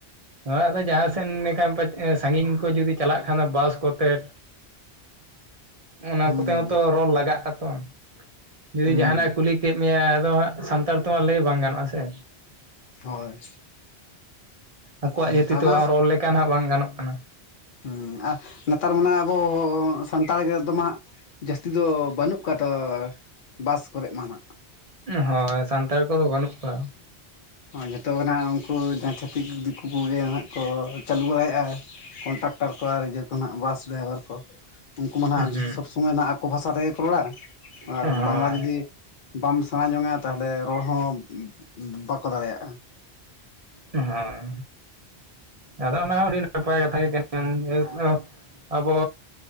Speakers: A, on the right (about 40°); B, on the left (about 55°).
A: ᱚᱲᱟᱜ ᱨᱮ ᱡᱟᱦᱟᱸ ᱥᱮᱱ ᱮᱠᱷᱟᱱ ᱥᱟᱺᱜᱤᱧ ᱠᱚ ᱡᱩᱫᱤ ᱪᱟᱞᱟᱜ ᱠᱷᱟᱱᱮ ᱵᱟᱥ ᱠᱚᱛᱮ
B: <inaudible>
A: ᱚᱱᱟ
B: ᱦᱩᱸ
A: ᱠᱚᱛᱮ ᱦᱚᱸᱛᱚ ᱨᱚᱲ ᱞᱟᱜᱟᱜᱼᱟᱛᱚ ᱡᱩᱫᱤ
B: ᱦᱩᱸ
A: ᱡᱟᱦᱟᱱᱟᱜᱼᱮ ᱠᱩᱞᱤ ᱠᱮᱫ ᱢᱮᱭᱟᱭ ᱟᱫᱚ ᱦᱟᱸᱜ ᱥᱟᱱᱛᱟᱲ ᱛᱮᱢᱟ ᱞᱟᱹᱭ ᱵᱟᱝ ᱜᱟᱱᱚᱜᱼᱟ ᱥᱮ
B: ᱦᱳᱭ
A: ᱟᱠᱚᱣᱟᱜ
B: ᱟᱨ ᱱᱮᱛᱟᱨ
A: ᱡᱟᱹᱛᱤ ᱛᱮ
B: ᱢᱟ
A: ᱨᱚᱲ ᱞᱮᱠᱟᱱ ᱦᱟᱸᱜ ᱵᱟᱝ ᱜᱟᱱᱚᱜ ᱠᱟᱱᱟ
B: ᱦᱩᱸ ᱟᱨ ᱱᱮᱛᱟᱨ ᱢᱟᱱᱟ ᱟᱵᱚ ᱥᱟᱱᱛᱟᱲ ᱜᱮ ᱫᱚᱢᱮ ᱦᱟᱸᱜ ᱡᱟᱹᱥᱛᱤ ᱫᱚ ᱵᱟᱹᱱᱩᱜ ᱠᱚᱣᱟ ᱛ ᱵᱟᱥ ᱠᱚᱨᱮᱜ ᱢᱟᱦᱟᱸᱜ
A: ᱦᱚᱭ ᱥᱟᱱᱛᱟᱲ ᱠᱚᱫᱚ ᱵᱟᱹᱱᱩᱜ ᱠᱚᱣᱟ
B: ᱡᱚᱛᱚ ᱜᱮ ᱦᱟᱸᱱᱟᱜ ᱩᱱᱠᱩ ᱡᱟᱦᱟᱸ ᱪᱷᱟᱹᱛᱤᱠ ᱫᱤᱠᱩ ᱠᱚᱜᱮ ᱦᱟᱜ ᱠᱚ ᱪᱟᱹᱞᱩ ᱵᱟᱲᱟᱭᱮᱜᱼᱟ ᱠᱚᱱᱴᱟᱠᱴᱚᱨ ᱠᱚ ᱟᱨ ᱤᱭᱟᱹ ᱠᱚ ᱦᱟᱸᱜ ᱵᱟᱥ ᱰᱨᱟᱭᱵᱷᱟᱨ ᱠᱚ ᱩᱱᱠᱩ ᱢᱟ ᱱᱟᱜ
A: ᱦᱩᱸ
B: ᱥᱚᱵ ᱥᱚᱢᱚᱭ ᱟᱠᱚ ᱵᱷᱟᱥᱟ ᱛᱮᱜᱮ ᱠᱚ ᱨᱚᱲᱟ ᱟᱨ
A: ᱦᱳᱭ
B: ᱵᱟᱝᱞᱟ ᱡᱩᱫᱤ ᱵᱟᱢ ᱥᱮᱬᱟᱡᱚᱝᱟ ᱛᱟᱦᱮᱞᱮ ᱨᱚᱲ ᱦᱚᱸ ᱵᱟᱠᱚ ᱫᱟᱲᱮᱭᱟᱜᱼᱟ
A: ᱦᱮᱸ ᱟᱫᱚ ᱚᱱᱟ ᱦᱚᱸ ᱟᱹᱰᱤ ᱱᱟᱯᱟᱭ ᱠᱟᱛᱷᱟ ᱜᱮ ᱠᱟᱱᱟ ᱟᱵᱚ